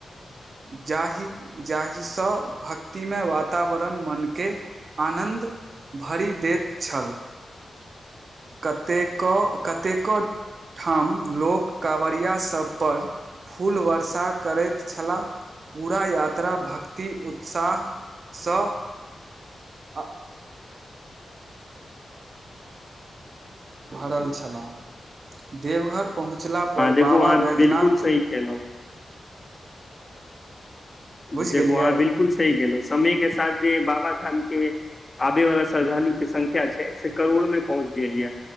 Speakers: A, on the right; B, on the left.
A: जाहि जाहिसँ भक्तिमय वातावरण मनके आनन्द भरि दैत छल कतेकेक कतेकेक ठाम लोक काँवड़िया सबपर फूल वर्षा करैत छलाह पूरा यात्रा भक्ति उत्साहसँ अ भरल छलाह देवघर पहुँचलापर
B: देखू
A: बाबा
B: अहाँ
A: वैद्यनाथ
B: बिल्कुल सही केलहुँ देखु
A: बुझि गेलिए
B: अहाँ बिल्कुल सही गेलहु समय के साथ जे बाबा धाम के आबे वाला श्रद्धालु के संख्या छै से करोड़ में पहुँच गेल ये